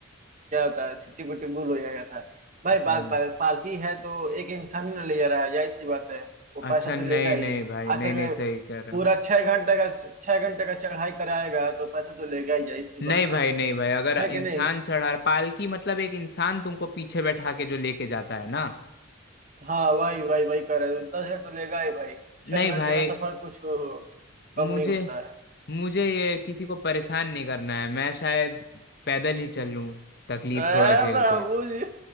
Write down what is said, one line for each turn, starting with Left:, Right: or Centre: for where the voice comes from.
Right: क्या होता है सिट्टी पिट्टी भूल हो जाएगा था भाई बात
Left: हम्म
Right: पा- पालकी है तो एक इंसान ही ना ले जा रहा है जाहिर सी बात है वो
Left: अच्छा
Right: पैसा तो
Left: नहीं
Right: लेगा ही
Left: नहीं भाई नहीं
Right: आखिर
Left: नहीं
Right: में
Left: सही कह रहे
Right: पूरा
Left: हो
Right: छह घंटे का छह घंटे का चढ़ाई कराएगा तो पैसा तो लेगा ही जाहिर सी
Left: नहीं
Right: बात
Left: भाई
Right: है
Left: नहीं भाई अगर
Right: है कि
Left: इंसान
Right: नहीं
Left: चढ़ा पालकी मतलब एक इंसान तुमको पीछे बैठा के जो लेके जाता है ना
Right: हाँ वही वही वही कर रहे हो। दस हजार तो लेगा ही भाई छह
Left: नहीं
Right: घंटे
Left: भाई
Right: का सफर कुछ अ, कम
Left: मुझे
Right: नहीं होता है
Left: मुझे ये किसी को परेशान नहीं करना है मैं शायद पैदल ही चल लूं तकलीफ
Right: अरे
Left: थोड़ा झेल
Right: बाबू
Left: के
Right: जी